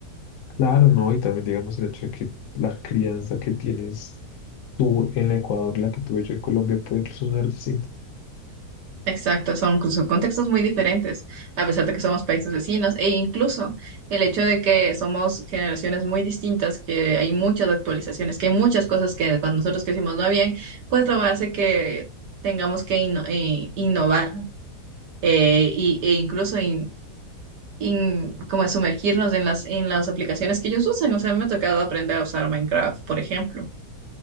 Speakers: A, on the left (about 60°); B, on the right (about 80°).
A: Claro, ¿no? Y también digamos el hecho de que la crianza que tienes tú en Ecuador y la que tuve yo en Colombia puede incluso ser distinta.
B: Exacto, son, pues, son contextos muy diferentes, a pesar de que somos países vecinos, e incluso el hecho de que somos generaciones muy distintas, que hay muchas actualizaciones, que hay muchas cosas que cuando nosotros crecimos no habían, pues lo hace que tengamos que inno- eh, innovar eh, y- e incluso in- in- como sumergirnos en las, en las aplicaciones que ellos usan. O sea, me ha tocado aprender a usar Minecraft, por ejemplo.